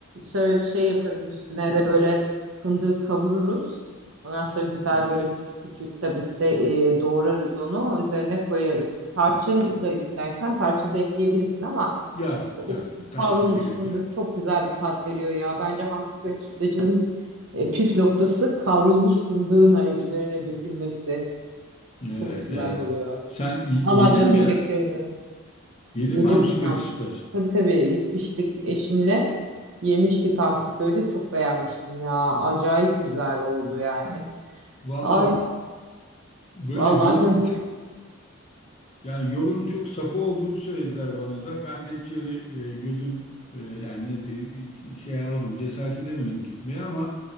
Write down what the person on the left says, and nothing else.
E,
yok
yok
tarçına gerek
yok.
Evet,
evet.
Sen y-
yedin
mi ya?
Yedin
mi hamsi köri
sütlaç?
Valla
böyle
yolunun
çok
yani yolunun çok sapı olduğunu söylediler bana da. Ben de hiç öyle e, gözüm e, yani ne diye- şey alamadım. Cesaret edemedim gitmeye ama